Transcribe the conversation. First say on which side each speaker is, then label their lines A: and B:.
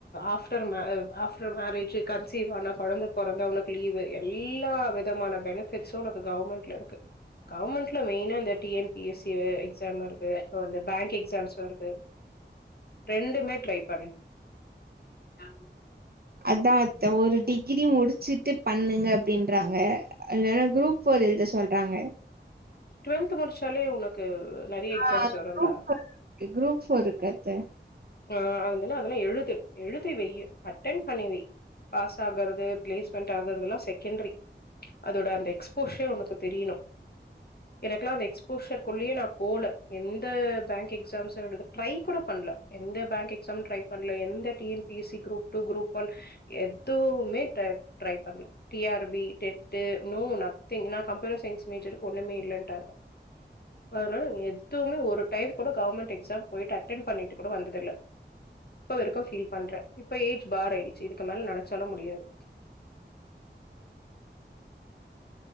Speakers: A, on the left (about 55°); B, on the right (about 55°).
A: ஆஃப்டர் மே ஆஃப்டர் மேரேஜ் கன்சீவ் ஆனா கொழந்த பொறந்தா உனக்கு லீவு எல்லா விதமான பெனிபிட்ஷும் உனக்கு கவர்மென்ட்ல இருக்கு கவர்மெண்ட்ல மெயினா இந்த T N P S C exam வருது இபோவந் பேங்க் எக்ஸாம்ஸ் வருது ரெண்டுமே ட்ரைப் <unintelligible>
B: அத்தா அத்த ஒரு டிகிரி முடிச்சுட்டு பண்ணுங்க அப்டின்றாங்க இல்லன்னா குரூப் ஃபோர் எழுத சொல்றாங்க
A: டுவல்த் முடிச்சாலே உனக்கு நெறைய எக்ஸாம்ஸ்
B: ஆஹ் அது
A: வருண்டா
B: குரூப் ஃபோர் இருக்கு குரூப் ஃபோர் இருக்கு த
A: அஹ் அத மாதில்ல அதெல்லா எழுது எழுதி வெய்யி அட்டன் பண்ணிவை பாஸ் ஆகுறது பிளேஸ்மென்ட் ஆகுறதெல்லா செகண்டரி அதோட அந்த எக்ஸ்போஷியல் உனக்கு தெரியனு எனக்குல்லா அந்த எக்ஸ்போஷர் குள்ளேயே நா போல எந்த பேங்க் எக்ஸாம்சு எழுத ட்ரை கூட பண்ல எந்த பேங்க் எக்ஸாம் ட்ரை பண்ல எந்த T N P S C group two group one எதுவுமே ட்ர ட்ரை பண்ல T R B TET no nothing நா கம்ப்யூட்டர் சயின்ஸ் மேஜர்க்கு ஒன்னுமே இல்லன்ட்டாங்க அதனால எதுவுமே ஒரு டைம் கூட கவர்மெண்ட் எக்ஸாம் போயிட்டு அட்டன் பண்ணிட்டு கூட வந்ததில்ல இப்ப வரைக்கு ஃபீல் பண்ற இப்ப ஏஜ் பார் ஆய்டுச்சு இதுக்கு மேல நெனைச்சாலு முடியாது